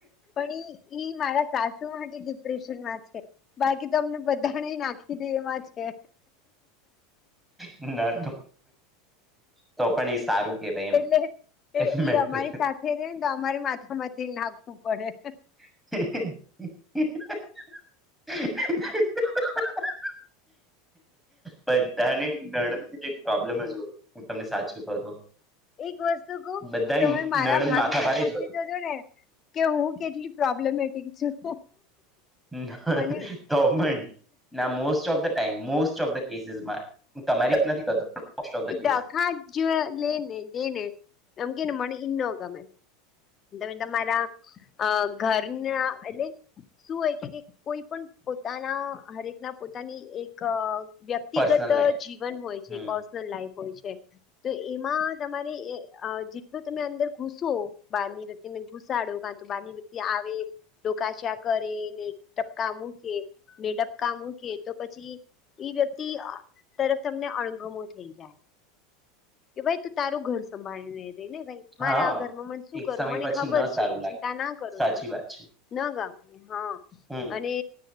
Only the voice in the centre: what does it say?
ના તો પણ સારું કેવાય એમ
એમ મેન્ટલ
<inaudible> બધાની નણંદથી પ્રોબ્લેમ જ હોય. હું તમને સાચું કવ તો.
બધાની
નણંદ
માથા ભારે
જ હોય
ના
તો પણ, ના most of the time, most of the કેસીસમાં હું તમારી નથી કરતો મોસ્ટ ઓફ ધ કેસીસમાં
પર્સનલ લાઈફ
હમ
હા
એક
સમય
પછી
ન
સારું લાગે
સાચી
વાત છે
હમ